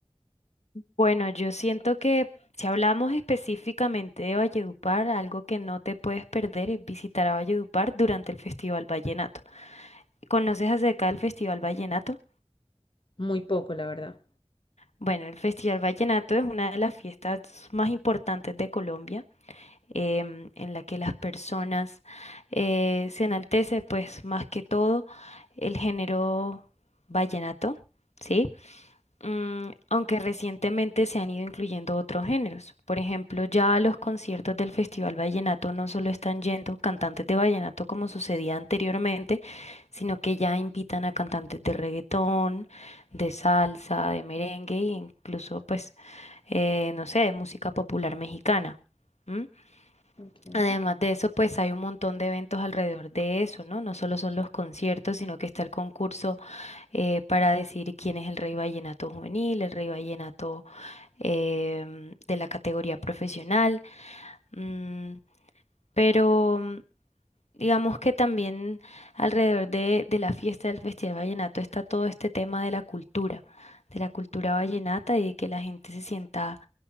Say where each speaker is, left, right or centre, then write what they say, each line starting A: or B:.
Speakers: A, on the left (about 85°); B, on the left (about 50°).
A: Bueno, yo siento que si hablamos específicamente de Valledupar, algo que no te puedes perder es visitar a Valledupar durante el Festival Vallenato. ¿Conoces acerca del Festival Vallenato?
B: Muy poco, la verdad.
A: Bueno, el Festival Vallenato es una de las fiestas más importantes de Colombia, em, en la que las personas eh, se enaltece, pues más que todo, el género vallenato, ¿sí? Mm, aunque recientemente se han ido incluyendo otros géneros. Por ejemplo, ya a los conciertos del Festival Vallenato no solo están yendo cantantes de vallenato como sucedía anteriormente, sino que ya invitan a cantantes de reggaetón, de salsa, de merengue e incluso, pues, eh, no sé, de música popular mexicana. ¿m?
B: Ok.
A: Además de eso, pues hay un montón de eventos alrededor de eso, ¿no? No solo son los conciertos, sino que está el concurso eh, para decir quién es el rey vallenato juvenil, el rey vallenato em, de la categoría profesional, mm, pero mm, digamos que también alrededor de, de la fiesta del Festival Vallenato está todo este tema de la cultura, de la cultura vallenata y de que la gente se sienta